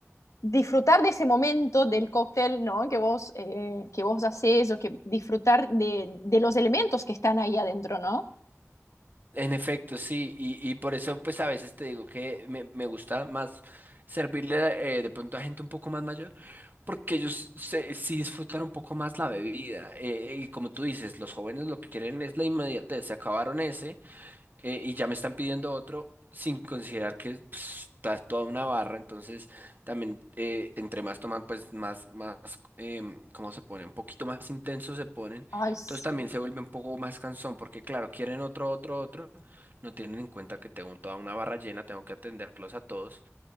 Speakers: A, on the left; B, on the right.
A: disfrutar de ese momento del cóctel, ¿no? Que vos, eh, que vos haces o que disfrutar de, de los elementos que están ahí adentro, ¿no?
B: En efecto, sí, y, y por eso pues a veces te digo que me, me gusta más servirle eh, de pronto a gente un poco más mayor, porque ellos se- sí disfrutan un poco más la bebida. eh, y como tú dices, los jóvenes lo que quieren es la inmediatez, se acabaron ese eh, y ya me están pidiendo otro sin considerar que pues, está toda una barra, entonces también eh, entre más toman, pues más, más, em, ¿cómo se pone? Un poquito más intensos se ponen,
A: Ay, sí.
B: entonces también se vuelve un poco más cansón, porque claro, quieren otro, otro, otro, no tienen en cuenta que tengo toda una barra llena, tengo que atenderlos a todos,